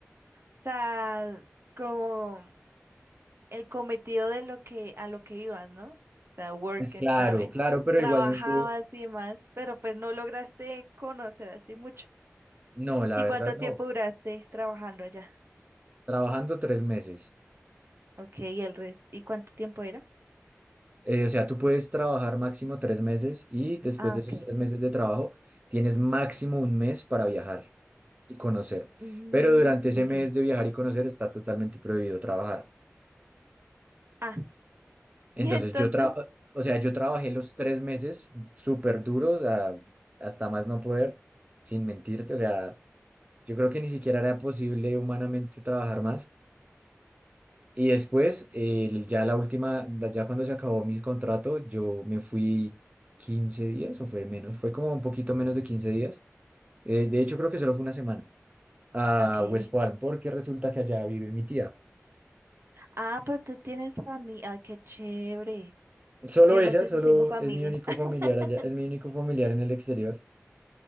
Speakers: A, on the right; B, on the right.
A: o sea, como. el cometido de lo que a lo que ibas, ¿no? O sea, work
B: Pues claro,
A: and travel.
B: claro, pero
A: Trabajabas
B: igualmente,
A: y demás, pero pues no lograste conocer así mucho.
B: no, la
A: ¿Y
B: verdad
A: cuánto
B: no.
A: tiempo duraste trabajando allá?
B: Trabajando tres meses.
A: Ok, y el resto, ¿y cuánto tiempo era?
B: Eh, o sea, tú puedes trabajar máximo tres meses y después
A: Ah,
B: de
A: ok.
B: esos tres meses de trabajo tienes máximo un mes para viajar y conocer.
A: Mm,
B: Pero durante ese
A: ok.
B: mes de viajar y conocer está totalmente prohibido trabajar.
A: Ah, <laughs>
B: Entonces
A: y entonces,
B: yo tra- o sea, yo trabajé los tres meses súper duros a- hasta más no poder, sin mentirte. O sea, yo creo que ni siquiera era posible humanamente trabajar más. Y después, eh, ya la última, ya cuando se acabó mi contrato, yo me fui 15 días o fue menos, fue como un poquito menos de 15 días. Eh, de hecho, creo que solo fue una semana a
A: ok.
B: West Palm, porque resulta que allá vive mi tía.
A: Ah, pero tú tienes familia. Ah, qué chévere.
B: Solo
A: Yo
B: ella,
A: no sé
B: solo
A: si tengo familia.
B: es mi único
A: <laughs>
B: familiar allá, es mi único familiar en el exterior,